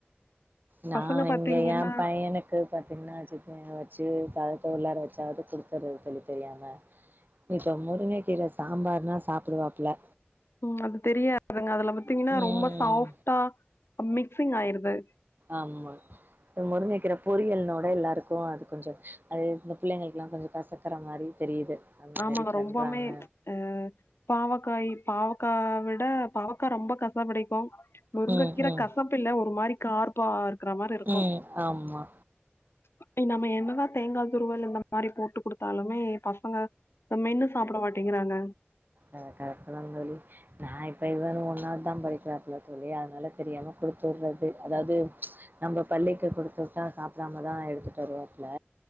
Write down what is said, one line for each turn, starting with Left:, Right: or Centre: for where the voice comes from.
Right: நா
Left: பசங்க
Right: இங்க
Left: பாத்தீங்கன்னா
Right: ஏ பையனுக் போயி பாத்தீங்ன்னா சிப்போ எங்க வெச்சி பழத்த உள்ளார வெச்சாவது குடுத்தறது தோழி தெரியாம இப்ப முருங்கைகீர சாம்பார்னா சாப்புடுவாப்ல
Left: ம் அது தெரியாதுங்க அதுல பாத்தீங்ன்னா
Right: ம்
Left: ரொம்ப சாஃப்டா மிக்சிங் ஆயிருது
Right: ஆமா முருங்கைக்கீரை பொறியல்னோட எல்லாருக்கோ அது கொஞ்சோ அது இந்த பிள்ளைங்களுக்கல்லா கொஞ்சோ கசக்குற மாரி தெரியுது அந்த
Left: ஆமாங்க
Right: மாரி பண்றாங்க
Left: ரொம்பமயமே அ பாவக்காய் பாவக்கா விட பாவக்கா ரொம்ப கசப் கடிக்கு முருங்கைக்கீரை
Right: ம் ம்
Left: கசப்பு இல்ல ஒரு மாரி கார்ப்பா இருக் இருக்கற மாரி இருக்கோ
Right: ம் ஆமா
Left: படி நம்ம என்னதா தேங்காய் துருவல் இந்த மாரி போட்டு குடுத்தாலுமே பசங்க இத மென்னு சாப்புட மாட்டேங்கிறாங்க
Right: ஆ கரட்டுதா தோழி நா இப்ப இவனு ஒண்ணாவதுதா படிக்கிறாப்புல தோழி அதனால தெரியாம குடுத்துடுறது அதாவது நம்ம பள்ளிக்கு குடுத்து விட்டா சாப்பிடாமதா எடுத்துட்டு வருவாப்புல